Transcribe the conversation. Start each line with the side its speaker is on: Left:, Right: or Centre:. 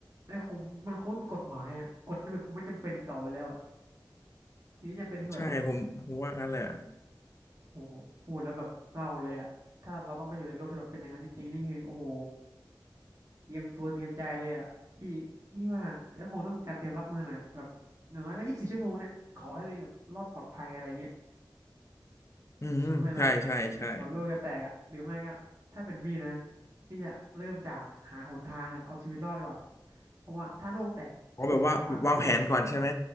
Right: ไม่คงมันคงไม่มีกฎหมายอะกฎระเบียบคงไม่จำเป็นอีกต่อไปแล้วอะทีนี้จำเป็นคือแบบ
Left: ใช่ผมผมว่างั้นแหละ
Right: โหพูดแล้วแบบเศร้าเลยอะถ้าเราต้องไปอยู่ในโลกที่แบบเป็นอย่างนั้นจริงๆนี่คือโอ้โหเตรียมตัวเตรียมใจเลยอะพี่พี่ว่าก็คงต้องมีการเตรียมรับมือหน่อยอะแบบอย่างน้อยก็ยี่สิบสี่ชั่วโมงเนี่ยขอให้ตัวเองแบบรอดปลอดภัยอะไรเงี้ย
Left: อืมใช่ใช่ใช่
Right: ใช่ไหมล่ะก่อนโลกจะแตกอะหรือไม่ก็ถ้าเป็นพี่นะพี่จะเริ่มจากหาหนทางแบบเอาชีวิตรอดก่อนเพราะว่าถ้าโลกแตกคืออย่างน้อยมันอาจจะ
Left: อ๋อแบบว่าวางแผนก่อนใช่ไหม